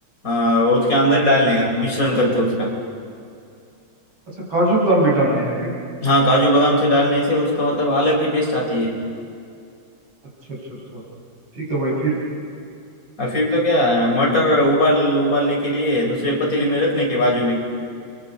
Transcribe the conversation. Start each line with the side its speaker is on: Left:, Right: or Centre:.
Left: आ, उसके अंदर ही डालने का मिश्रण करके उसका
Right: अच्छा काजू बादाम भी डालने हैं क्या
Left: हाँ काजू बादाम से डालने से उसका मतलब अलग ही टेस्ट आती है
Right: अच्छा अच्छा अच्छा ठीक है भाई फिर
Left: और फिर तो क्या मटर उबाल उबालने के लिए दूसरे पतीले में रखने के बाजू में